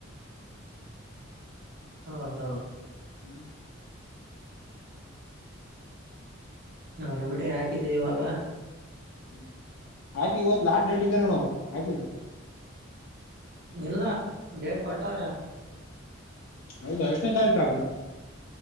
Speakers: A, on the right; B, on the left.
A: ಹ್ಮ ಹೌದೌದು
B: ಹ್ಮ್
A: ನೆ ಬಿಡಿ ಹಾಕಿದೆ ಇವಾಗ
B: ಹ್ಮ್ ಆಯ್ತು ಇವತ್ ಲಾಸ್ಟ್ ಡೇಟ್ ಇದೆ ನೋಡು ಆಯ್ತು
A: ಇಲ್ನಾ ಡೇಟ್ ಕೊಟ್ಟವ್ರ
B: ಹೌದಾ ಎಷ್ಟನೇ ತಾರೀ ತು ಆ